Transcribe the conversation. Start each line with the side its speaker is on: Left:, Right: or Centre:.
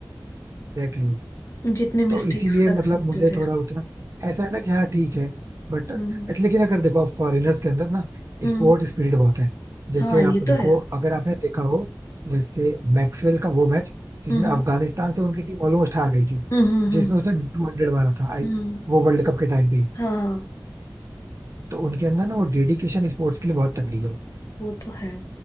Right: एग्जैक्टली
Left: जितने मिस्टेक्स
Right: तो इसीलिए
Left: कर
Right: मतलब
Left: सकते
Right: मुझे
Left: थे
Right: थोड़ा उतना ऐसा है ना कि हाँ ठीक है बट
Left: हम्म
Right: लेकिन अगर देखो आप फॉरेनर्स के अंदर ना
Left: हम्म
Right: स्पोर्ट स्पिरिट बहुत है जैसे
Left: हाँ ये
Right: आप
Left: तो
Right: देखो
Left: है
Right: अगर आपने देखा हो जैसे मैक्सवेल का वो मैच जिसमें
Left: हम्म
Right: अफगानिस्तान से उनकी टीम ऑलमोस्ट हार गई थी
Left: हम्म हम्म,
Right: जिसमें उसने टू हंड्रेड मारा था आई
Left: हम्म,
Right: वो वर्ल्ड कप के टाइम पे ही।
Left: हाँ हाँ
Right: तो उनके अंदर ना वो डेडिकेशन स्पोर्ट्स के लिए बहुत तगड़ी है
Left: वो तो है